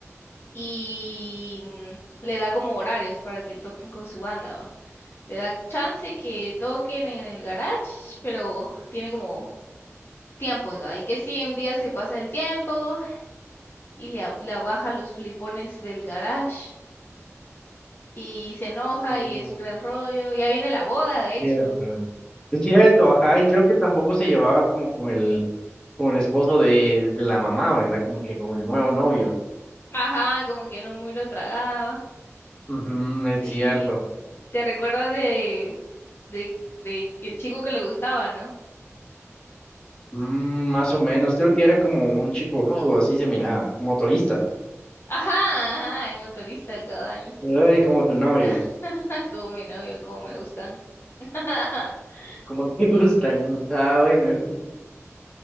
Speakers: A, on the left (about 50°); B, on the left (about 15°).
A: y mm, le da como horarios para que toquen con su banda, ¿va? Le da chance que toquen en el garage, pero tiene como tiempos, ¿va? Y que si un día se pasa el tiempo y le, a- le baja los flipones del garage y se enoja
B: Ujú.
A: y es un gran rollo. Ya viene la boda, de
B: Cierto.
A: hecho.
B: Es cierto, ajá, y creo que tampoco se llevaba como con el, con el esposo de, de la mamá, ¿verdad? Como que con el nuevo novio.
A: Ajá, como que no muy lo tragaba.
B: Ujú, es
A: Sí,
B: cierto.
A: te recuerdas de, de, de el chico que le gustaba, ¿no?
B: Mm, más o menos, creo que era como un chipo rudo, así se miraba, como turista.
A: Ajá, ajá, el motorista, cabal.
B: Ay, como tu novio,
A: <laughs> Como mi novio, como me gustan. <laughs>
B: como te <laughs> gustan. Ah, bueno,